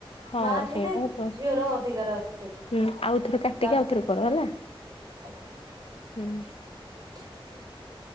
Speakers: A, on the left (about 85°); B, on the right (about 40°).
A: ହଁ
B: ମା ଥିଲେ
A: ସେଇଟା ତ
B: ଝିଅର ଅଧିକାର ଅଛି ସେଠି
A: ହୁଁ ଆଉଥରେ କାଟିକି
B: ତା
A: ଆଉଥରେ କର ହେଲା
B: ଆଜ୍ଞା।
A: ହୁଁ।
B: <inaudible>